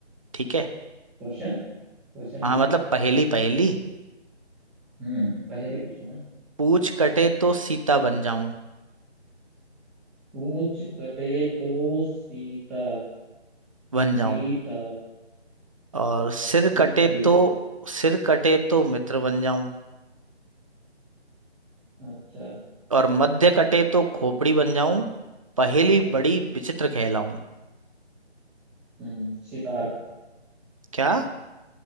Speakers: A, on the right (about 30°); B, in the centre.
A: ठीक है
B: क्वेश्चन क्वेश्चन
A: हाँ
B: पूछ
A: मतलब
B: रहे
A: पहेली पहेली
B: हम्म पहले पूछो ना
A: पूछ कटे तो सीता बन जाऊं
B: पूछ कटे तो सीता
A: बन जाऊं
B: सीता
A: और सिर
B: पूछ
A: कटे
B: कट गई अच्छा
A: तो सिर कटे तो मित्र बन जाऊं
B: अच्छा,
A: और मध्य कटे तो खोपड़ी बन जाऊं पहेली बड़ी विचित्र कहलाऊं
B: हम्म सितार
A: क्या